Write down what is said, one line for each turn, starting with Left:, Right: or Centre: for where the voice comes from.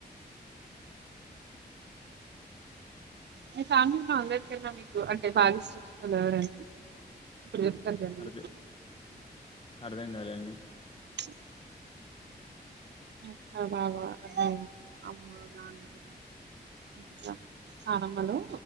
Right: మీ ఫ్యామిలీలో అందరికన్నా మీకు అంటే బాగా ఇష్టమైన వాళ్ళు ఎవరండి ప్రప్పుడు కదనీ
Left: అర్థ అర్థం కాలేదండి.
Right: ప్చ్ మీ అక్క, బావ, అన్నయ్య, అమ్మ, నాన్న ఇంకా నాన్నఅమ్మలు